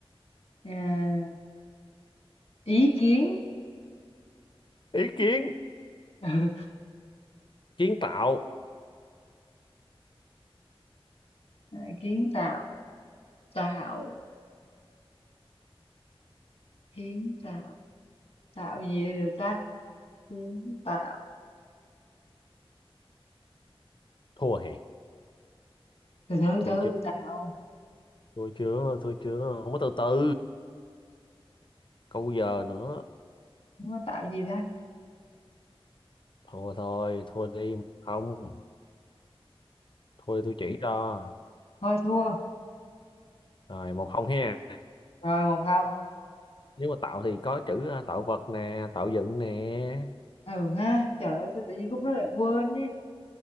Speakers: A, on the left; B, on the left.
A: À, ý kiến.
B: ý kiến
A: Ừ.
B: kiến tạo
A: À, kiến tạo. Tạo. Kiến tạo. Tạo gì được ta? Kiến tạo.
B: thua hè
A: Từ từ
B: thua
A: từ.
B: chưa
A: Tạo.
B: thua chưa thua chưa không có từ từ câu giờ nữa
A: Không có tạo gì ta?
B: thua thôi thua đi không thua đi tôi chỉ cho
A: Thôi thua.
B: rồi một không ha
A: Rồi một không.
B: nếu mà tạo thì có chữ à, tạo vật nè tạo dựng nè
A: Ừ ha. Trời ơi tôi tự nhiên khúc đó lại quên nhé.